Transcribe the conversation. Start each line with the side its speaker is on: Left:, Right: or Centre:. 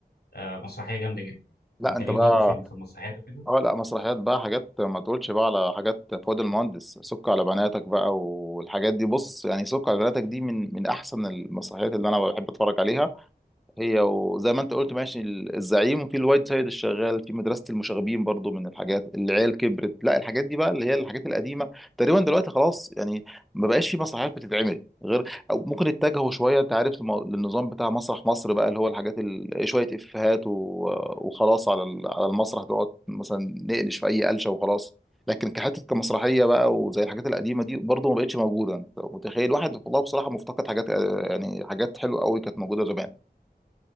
Left: آه مسرحيه جامده جدا
Centre: لا
Left: انت
Centre: انت
Left: ليك
Centre: بقى
Left: برضه في ال- في المسرحيات وكده
Centre: اه لا مسرحيات بقى حاجات ما تقولش بقى على حاجات فؤاد المهندس سك على بناتك بقى والحاجات دي بص يعني سك على بناتك دي من من احسن المسرحيات اللي انا بحب اتفرج عليها هي وزي ما انت قلت ماشي ال- الزعيم وفي الوايد سايد الشغال في مدرسة المشاغبين برضو من الحاجات العيال كبرت لا الحاجات دي بقى اللي هي الحاجات القديمة تقريبا دلوقتي خلاص يعني ما بقاش في مسرحيات بتتعمل غير أو ممكن اتجهوا شوية انت عارف للمو- للنظام بتاع مسرح مصر بقى اللي هو الحاجات ال... شوية افيهات و... وخلاص على ال- على المسرح نقعد مثلا نقلش في اي قلشة وخلاص لكن كحتة كمسرحية بقى وزي الحاجات القديمة دي برضو ما بقتش موجودة انت متخيل واحد والله بصراحة مفتقد حاجات آه، يعني حاجات حلوة قوي كانت موجودة زمان